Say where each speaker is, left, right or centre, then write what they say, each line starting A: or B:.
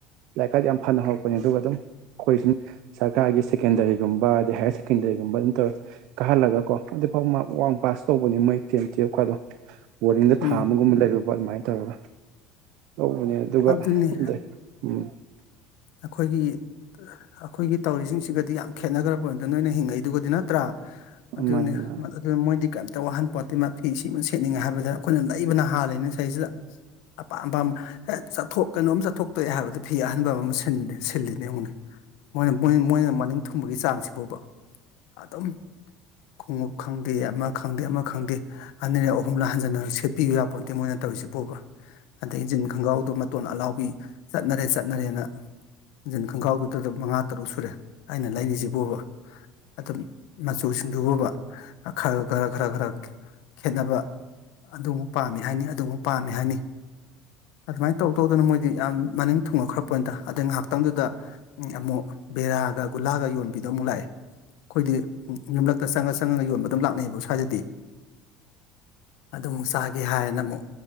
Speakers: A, on the right; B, on the left.
A: ꯂꯥꯏꯔꯤꯛꯀꯥꯏꯗ ꯌꯥꯝ ꯐꯅ ꯍꯧꯔꯛꯄꯅꯦ ꯑꯗꯨꯒ ꯑꯗꯨꯝ ꯑꯩꯈꯣꯏ ꯁꯨꯝ ꯁꯔꯀꯥꯔꯒꯤ ꯁꯦꯀꯦꯟꯗꯔꯤꯒꯨꯝꯕ ꯑꯗꯩ ꯍꯥꯌꯌꯔ ꯁꯦꯀꯦꯟꯗꯔꯤꯒꯨꯝꯕ ꯑꯗꯨꯝ ꯇꯧꯔ ꯀꯥꯍꯜꯂꯒ ꯀꯣ ꯁꯤꯗꯥ ꯃꯇꯛ ꯋꯥꯪ ꯄꯥꯁꯁ ꯅꯤ ꯃꯣꯏ ꯇꯦꯟ ꯇꯨꯌꯦꯞꯀꯗꯣ ꯕꯣꯔꯤꯡꯗ
B: ꯎꯝ
A: ꯊꯥ ꯑꯃꯒꯨꯝꯕ ꯂꯩꯔꯨꯕ ꯑꯗꯨꯃꯥꯏꯅ ꯇꯧꯔꯒ ꯂꯧꯕꯅꯦ ꯑꯗꯨꯒ
B: ꯑꯗꯨꯅꯤ
A: ꯑ ꯎꯝ
B: ꯑꯩꯈꯣꯏꯒꯤ ꯑꯩꯈꯣꯏꯒꯤ ꯇꯧꯔꯤꯁꯤꯡꯁꯤꯒꯗꯤ ꯌꯥꯝ ꯈꯦꯠꯅꯈ꯭ꯔ ꯄꯗ ꯅꯣꯏꯅ ꯍꯤꯡꯉꯛꯏꯗꯨꯒꯗꯤ ꯅꯠꯇ꯭ꯔꯥ ꯑꯗꯨꯅꯤ
A: ꯃꯥꯅꯤ ꯃꯥꯅꯤ
B: ꯑꯗꯨ ꯃꯣꯏꯗꯤ ꯀ ꯈꯤꯇ ꯋꯥꯍꯟ ꯄꯣꯠꯇꯤ ꯐꯤ ꯁꯤꯃ ꯁꯦꯠꯅꯤꯡꯉꯦ ꯍꯥꯏꯕꯗ ꯑꯩꯈꯣꯏꯅ ꯂꯩꯕꯅ ꯍꯥꯜꯂꯤꯅꯤ ꯁꯤꯩꯁꯤꯗ ꯑꯄꯥꯝ ꯑꯄꯥꯝꯕ ꯆꯠꯊꯣꯛ ꯀꯩꯅꯣꯝ ꯆꯠꯊꯣꯛꯇꯣꯛꯑꯦ ꯍꯥꯏꯕꯗ ꯐꯤ ꯑꯍꯟꯕ ꯑꯃꯨ ꯁꯤꯜꯂꯤꯅꯦ ꯑꯩꯉꯣꯟ ꯃꯣꯏꯅ ꯃꯣꯏꯅ ꯃꯅꯤꯡ ꯊꯨꯡꯕꯒꯤ ꯆꯥꯡꯁꯤꯐꯥꯎꯕ ꯑꯗꯝ ꯈꯣꯡꯎꯞ ꯈꯪꯗꯦ ꯑꯃ ꯈꯪꯗꯦ ꯑꯃ ꯈꯪꯗꯦ ꯑꯅꯤꯔꯛ ꯑꯍꯨꯝꯂ ꯍꯟꯖꯤꯟ ꯁꯦꯠꯄꯤꯌꯨ ꯌꯥꯄꯣꯠꯇꯦ ꯃꯣꯏꯅ ꯇꯧꯔꯤꯁꯦ ꯄꯨꯣꯕ ꯑꯗꯩ ꯖꯤꯟ ꯈꯣꯡꯒ꯭ꯔꯥꯎꯗꯣ ꯃꯇꯣꯟ ꯑꯂꯥꯎꯕꯤ ꯆꯠꯅꯔꯦ ꯆꯠꯅꯔꯦꯅ ꯍꯟꯖꯤꯟ ꯈꯣꯡꯒ꯭ꯔꯥꯎꯗꯨꯗ ꯃꯉꯥ ꯇꯔꯨꯛ ꯁꯨꯔꯦ ꯑꯩꯅ ꯂꯩꯔꯤꯁꯤꯕꯣꯕ ꯑꯗꯨꯝ ꯃꯆꯨ ꯁꯤꯡꯗꯨꯨꯕꯕ ꯈꯔ ꯈꯔ ꯈꯔ ꯈꯔ ꯈꯦꯠꯅꯕ ꯑꯗꯨꯝꯨꯛ ꯄꯥꯝꯃꯤ ꯍꯥꯏꯅꯤ ꯑꯗꯨꯝꯨꯛ ꯄꯥꯝꯃꯤ ꯍꯥꯏꯅꯤ ꯑꯗꯨꯃꯥꯏꯅ ꯇꯧ ꯇꯧꯗꯅ ꯃꯣꯏꯗꯤ ꯌꯥꯝ ꯃꯅꯤꯡ ꯊꯨꯡꯉꯈ꯭ꯔꯄꯅꯤꯗ ꯑꯗꯩ ꯉꯥꯏꯍꯥꯛꯇꯪꯗꯨꯗ ꯑꯃꯨꯛ ꯕꯦꯔꯥꯒ ꯒꯨꯂꯥꯒ ꯌꯣꯟꯕꯤꯗꯣ ꯑꯃꯨꯛ ꯂꯥꯛꯑꯦ ꯑꯩꯈꯣꯏꯗꯤ ꯌꯨꯝꯂꯛꯇ ꯆꯪꯉ ꯆꯪꯉꯒ ꯌꯣꯟꯕ ꯑꯗꯨꯝ ꯂꯥꯛꯅꯩꯑꯕ ꯁ꯭ꯋꯥꯏꯗꯗꯤ ꯑꯗꯨ ꯑꯃꯨꯛ ꯆꯥꯒꯦ ꯍꯥꯏꯌꯦꯅ ꯑꯃꯨꯛ